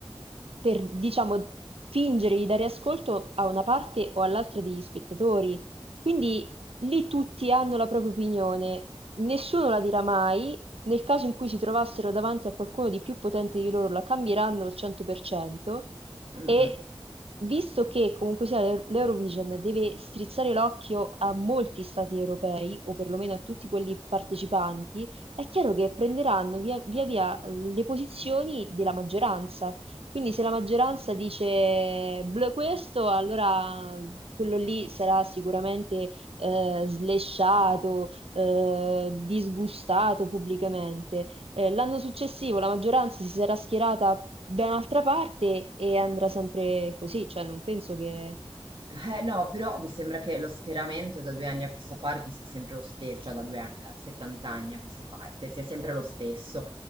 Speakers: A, on the right; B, on the right.
A: per, diciamo, fingere di dare ascolto a una parte o all'altra degli spettatori. Quindi lì tutti hanno la propria opinione. Nessuno la dirà mai, nel caso in cui si trovassero davanti a qualcuno di più potente di loro la cambieranno al 100%
B: Mm,
A: e
B: mm.
A: visto che comunque sia l'E- l'Eurovision deve strizzare l'occhio a molti stati europei o perlomeno a tutti quelli partecipanti, è chiaro che prenderanno via via, via le posizioni della maggioranza. Quindi se la maggioranza dice "Bleh, questo, allora quello lì sarà sicuramente eh, slesciato, eh, disgustato pubblicamente. Eh, l'anno successivo la maggioranza si sarà schierata da un'altra parte e andrà sempre così, cioè non penso che...
B: Eh no, però mi sembra che lo schieramento da due anni a questa parte sia sempre lo stesso, cioè da due anni, da 70 anni a questa parte, sia sempre lo stesso.